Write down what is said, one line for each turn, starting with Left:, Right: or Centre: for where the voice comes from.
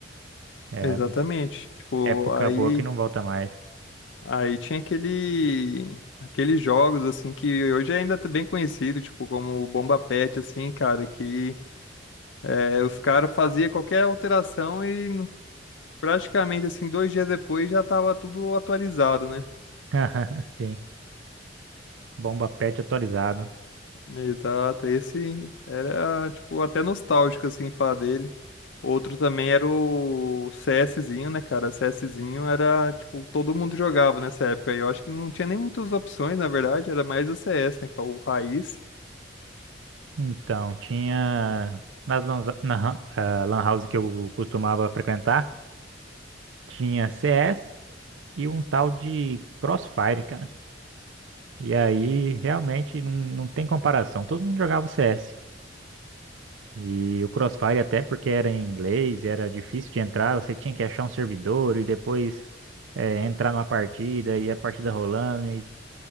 Right: É,
Left: Exatamente. Tipo,
Right: época
Left: aí,
Right: boa que não volta mais.
Left: aí tinha aquele, aqueles jogos assim que hoje ainda tá bem conhecido, tipo como o Bomba Patch assim, cara, que é, os caras faziam qualquer alteração e no- praticamente assim dois dias depois já tava tudo atualizado, né?
Right: <laughs> Sim, bomba pet atualizado.
Left: Exato, esse era, tipo, até nostálgico, assim, falar dele. Outro também era o CSzinho, né, cara? CSzinho era, tipo, todo mundo jogava nessa época. E eu acho que não tinha nem muitas opções, na verdade, era mais o CS, né, que é o raiz.
Right: Então, tinha nas lan, na, ah, lan house que eu costumava frequentar, tinha CS e um tal de Crossfire, cara. E aí, realmente, não, não tem comparação. Todo mundo jogava o CS. E o Crossfire, até porque era em inglês, era difícil de entrar, você tinha que achar um servidor e depois eh, entrar numa partida e a partida rolando. E...